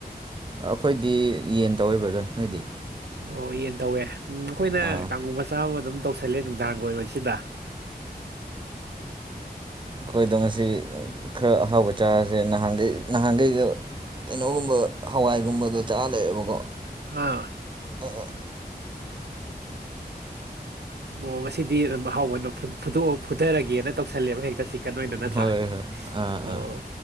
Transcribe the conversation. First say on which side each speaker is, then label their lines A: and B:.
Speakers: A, on the right (about 30°); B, on the right (about 85°).
A: ꯑꯩꯈꯣꯏꯗꯤ ꯌꯦꯟ ꯇꯧꯋꯦ ꯕꯔꯗꯔ ꯅꯣꯏꯗꯤ
B: ꯑꯣ ꯌꯦꯟ ꯇꯧꯋꯦ ꯎꯝ ꯑꯈꯣꯏꯅ
A: ꯑꯥ
B: ꯀꯥꯡꯉꯧ ꯃꯆꯥ ꯃ ꯑꯗꯨꯝ ꯇꯧꯁꯜꯂꯦ ꯑꯗꯨꯝ ꯑꯣꯏꯕꯁꯤꯗꯥ
A: ꯑꯈꯣꯏꯗꯣ ꯉꯁꯤ ꯈꯔ ꯑꯍꯥꯎꯕ ꯆꯁꯦ ꯅꯍꯥꯟ ꯗꯤ ꯅꯍꯥꯟꯒꯩꯗꯤ ꯀꯩꯅꯣꯒꯨꯝꯕ ꯍꯋꯥꯏꯒꯨꯝꯕꯗꯣ ꯆꯥ ꯂꯩꯔꯦꯕꯀꯣ
B: ꯑꯥ
A: ꯑꯥ
B: ꯑꯣ ꯉꯁꯤꯗꯤ ꯑꯗꯨꯝ ꯑꯍꯥꯎꯕꯅ ꯐꯨ ꯐꯨꯗꯣꯛ ꯐꯨꯗꯔꯒꯦꯅ ꯇꯧꯁꯜꯂꯦꯕ ꯍꯦꯛꯇ ꯆꯤꯛ ꯀꯟ ꯑꯣꯏꯅ ꯅꯠꯇ꯭ꯔꯥ
A: ꯍꯣꯏ ꯍꯣꯏ ꯑꯥ
B: ꯑꯣ
A: ꯑꯥ